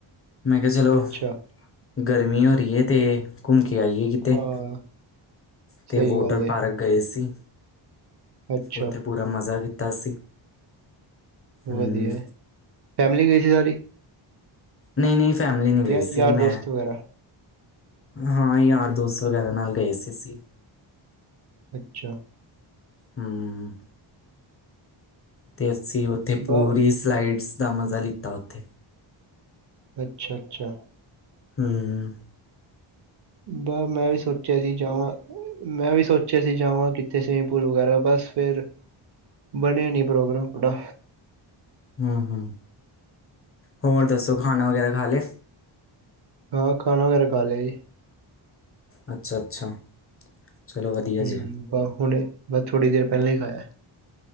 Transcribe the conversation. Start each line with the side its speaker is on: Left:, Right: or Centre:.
Left: ਮੈਂ ਕਿਆ ਚਲੋਂ,
Right: ਅੱਛਾ,
Left: ਗਰਮੀ ਹੋ ਰੀ ਐ ਤੇ ਘੁੰਮ ਕੇ ਆਈਏ ਕਿਤੇ
Right: ਹਾਂ
Left: ਤੇ
Right: ਸਹੀ
Left: ਵੋਟਰ
Right: ਗੱਲ
Left: ਪਾਰਕ
Right: ਏ,
Left: ਗਏ ਸੀ।
Right: ਅੱਛਾ
Left: ਉੱਥੇ ਪੂਰਾ ਮਜ਼ਾ ਕੀਤਾ ਸੀ। ਹੂੰ
Right: ਵਧੀਆ, ਫੈਮਿਲੀ ਗਈ ਸੀ ਸਾਰੀ?
Left: ਨਈਂ ਨਈਂ, ਫੈ਼ਮਲੀ ਨ੍ਹੀਂ ਗਈ
Right: ਯਾ
Left: ਸੀ
Right: ਯਾਰ
Left: ਮੈਂ
Right: ਦੋਸਤ ਵਗੈਰਾ?
Left: ਹਾਂ ਯਾਰ ਦੋਸਤ ਵਗੈ਼ਰਾ ਨਾਲ ਗਏ ਸੀ ਅਸੀਂ।
Right: ਅੱਛਾ।
Left: ਹਂ, ਤੇ ਅਸੀ ਉ ਤੇ ਪੂਰੀ
Right: ਬ
Left: ਸਲਾਈਡਸ ਦਾ ਮਜ਼ਾ ਲਿੱਤਾ ਉੱਥੇ।
Right: ਅੱਛਾ ਅੱਛਾ।
Left: ਹਂ।
Right: ਬਅ ਮੈਂ ਵੀ ਸੋਚਿਆ ਸੀ। ਜਾਵਾਂ, ਮੈਂ ਵੀ ਸੋਚਿਆ ਸੀ ਜਾਵਾਂ ਕਿੱਥੇ ਸਵੀਮਿੰਗ ਪੂਲ ਵਗੈ਼ਰਾ ਬਸ ਫੇ਼ਰ ਬਣਿਆ ਨੀਂ ਪ੍ਰੋਗਰਾਮ ਪੜਾ।
Left: ਹਂ, ਹਂ ਹੋਰ ਦੱਸੋ ਖਾਣਾ ਵਗੈਰਾ ਖਾ ਲਿਆ?
Right: ਹਾਂ ਖਾਣਾ ਵਗੈਰਾ ਖਾ ਲਿਆ ਜੀ।
Left: ਅੱਛਾ, ਅੱਛਾ। ਚਲੋ ਵਧੀਆ
Right: ਹਂ
Left: ਜੀ
Right: ਬ ਹੁਣੇ ਬਸ ਥੋੜ੍ਹੀ ਦੇਰ ਪਹਿਲਾਂ ਈ ਖਾਇਆ।